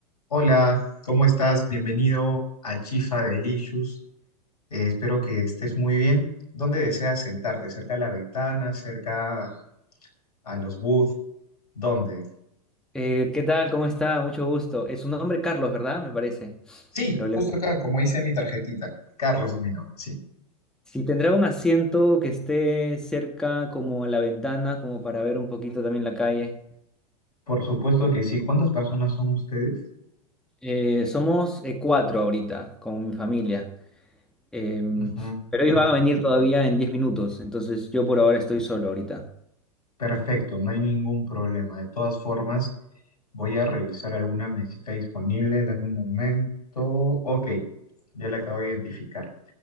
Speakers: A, on the left (about 75°); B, in the centre.
A: Hola, ¿cómo estás? Bienvenido a Chifa Delicious. Eh, espero que estés muy bien. ¿Dónde deseas sentarte? ¿Cerca a la ventana? ¿Cerca a los booths? ¿Dónde?
B: Eh, ¿qué tal? ¿Cómo está? Mucho gusto. Es su nombre Carlos, ¿verdad? Me parece.
A: Sí,
B: Lo
A: justo
B: leo.
A: acá, como dice mi tarjetita. Carlos es mi nombre, sí.
B: Si tendrá un asiento que esté cerca como a la ventana, como para ver un poquito también la calle.
A: Por supuesto que sí. ¿Cuántas personas son ustedes?
B: Eh, somos eh, cuatro ahorita con mi familia, Em,
A: Ujú,
B: pero ellos
A: ujú.
B: van a venir todavía en 10 minutos, entonces yo por ahora estoy solo ahorita.
A: Perfecto, no hay ningún problema. De todas formas, voy a revisar alguna mesita disponible. Dame un momento. Ok, ya la acabo de identificar.